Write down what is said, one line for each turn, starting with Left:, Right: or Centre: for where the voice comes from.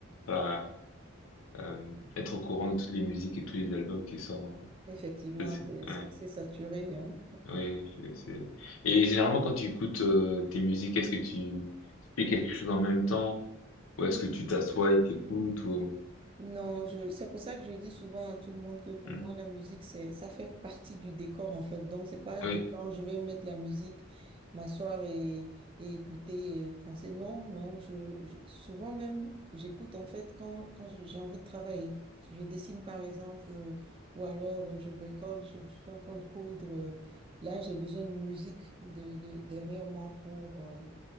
Left: à, euh, être au courant de toutes les musiques et tous les albums qui sortent.
Right: Effectivement,
Left: Ça, c'est-
Right: c'est
Left: ouais,
Right: c'est assez saturé. hein,
Left: oui, c'est- c'est- Et généralement, quand tu écoutes euh, tes musiques, est-ce que tu fais quelque chose en même temps ou est-ce
Right: ouais.
Left: que tu t'assois et t'écoutes ou...
Right: Non, je, c'est pour ça que je dis souvent à tout le monde que pour
Left: Hmm.
Right: moi, la musique, c'est, ça fait partie du décor, en fait. Donc, c'est pas
Left: Oui,
Right: du genre, je vais mettre la musique, m'asseoir et, et écouter, et penser. Non, non, je, je- souvent même, j'écoute, en fait, quand, quand je- j'ai envie de travailler. Si je dessine, par exemple, euh, ou alors euh, je bricole, je, je suis en train de coudre. euh, là, j'ai besoin de musique de, de- derrière moi pour, euh,